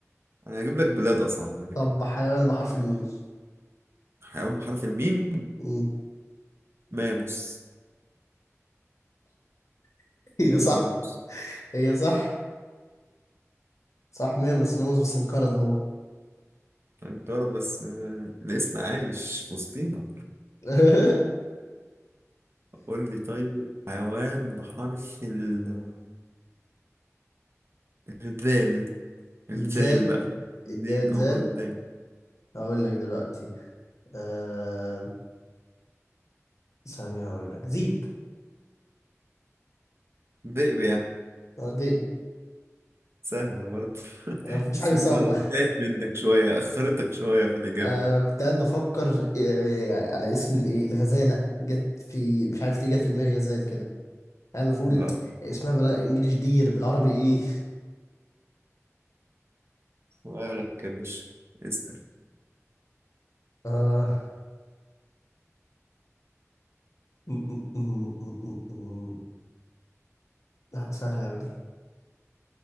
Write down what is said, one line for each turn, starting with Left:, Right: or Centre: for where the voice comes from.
Right: انا هجيب لك بلاد اصعب على فكرة
Left: طب حيوان بحرف الميم
Right: حيوان بحرف الميم
Left: أمم،
Right: ماموس
Left: <laughs> هي
Right: حلوة
Left: صح
Right: ماموس
Left: هي صح صح ماموس ماموس بس انقرض هو
Right: انقرض بس آه، الاسم عايش في وسطينا
Left: <laughs>
Right: قول لي طيب حيوان بحرف ال- الذال الذال
Left: الزال
Right: بقى الدين
Left: الدال
Right: أو
Left: زال
Right: الذال
Left: هقول لك دلوقتي آه... ثانية هقول لك زيب
Right: ذئب يعني
Left: آه، دي
Right: سهلة برضه <laughs>
Left: آه، مفيش
Right: بس
Left: حاجة
Right: أنت
Left: صعبة
Right: تعبت منك شوية أخرتك شوية في الإجابة
Left: آه كنت قاعد بفكر آه على اسم الايه الغزالة جت في مش عارف ليه جت في دماغي غزال كده قاعد بقول
Right: لا
Left: اسمها بالانجلش دير بالعربي ايه
Right: سؤالك يا باشا اسأل
Left: آه م- م- م- م- م- م. لا سهلة أوي دي